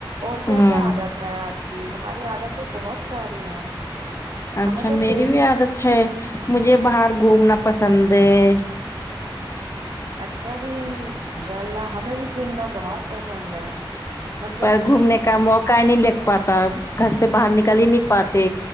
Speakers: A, on the right; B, on the left.
A: اور کیا
B: ہوں
A: کیا عادت ہے آپ۔ جی ہماری عادت تو بہت ساری ہیں۔
B: اچھا
A: ہمیں تو
B: میری
A: کھیل
B: بھی عادت ہے
A: ہ
B: مجھے باہر گھومنا۔ پسند ہے‌۔
A: اچھا جی۔ انشاء اللہ ہمیں بھی گھومنا بہت۔ پسند ہے۔ مطلب
B: پر
A: کہ
B: گھومنے کا موقع ہی نہیں لگ پاتا گھر سے باہر نکل ہی نہیں پاتے